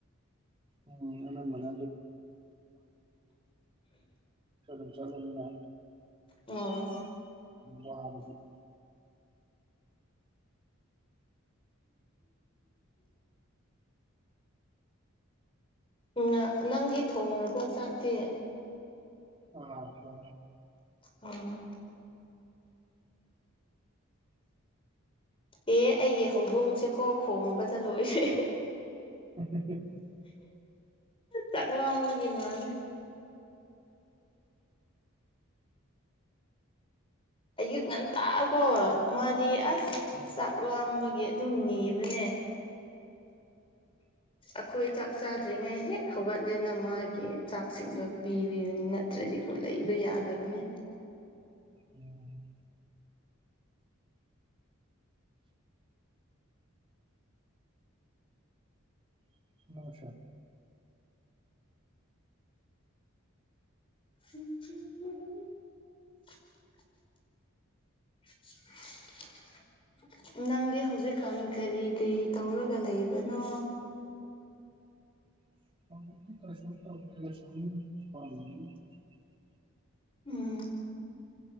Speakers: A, on the right; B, on the left.
A: ꯎꯝ ꯑ ꯃꯅꯥ ꯑꯗꯨꯝ ꯆꯅꯤꯅ
B: ꯎꯝ
A: ꯃꯗꯤ
B: ꯎꯝ ꯅꯪꯒꯤ ꯊꯣꯡꯔꯕ ꯆꯥꯛꯇꯤ
A: ꯑ ꯐꯦ
B: ꯎꯝ ꯎ ꯑꯦ ꯑꯩꯒꯤ ꯍꯧꯗꯣꯡꯁꯦꯀꯣ ꯈꯣꯡꯕꯗ ꯂꯣꯏꯔꯦ
A: ꯎ ꯎ
B: ꯇꯛꯂꯑꯝꯕꯒꯤ ꯃꯥꯅꯦꯦ ꯑꯌꯨꯛ ꯉꯟ ꯇꯥꯛꯑꯀꯣ ꯃꯥꯗꯤ ꯑꯁ
A: ꯑꯗꯨ
B: ꯆꯥꯛ ꯂꯥꯝꯕꯒꯤ ꯑꯗꯨꯝ ꯅꯤꯕꯅꯦ ꯑꯩꯈꯣꯏ ꯆꯥꯛ ꯆꯥꯗ꯭ꯔꯤꯉꯩ ꯍꯦꯛ ꯍꯧꯒꯠꯂꯦꯅ ꯃꯥꯒꯤ ꯆꯥꯛꯁꯤꯡꯗꯣ ꯄꯤ ꯅꯠꯇ꯭ꯔꯗꯤꯀꯣ ꯂꯩꯕ ꯌꯥꯗꯕꯅꯦ
A: ꯑꯣ ꯁꯃꯥꯡ
B: ꯎꯝ ꯎ ꯎꯝ <unintelligible> <inaudible> ꯅꯪꯗꯤ ꯍꯧꯖꯤꯛꯀꯥꯟ ꯀꯔꯤ ꯀꯔꯤ ꯇꯧꯔꯒ ꯂꯩꯕꯅꯣ
A: ꯀꯁꯗ
B: ꯎꯝ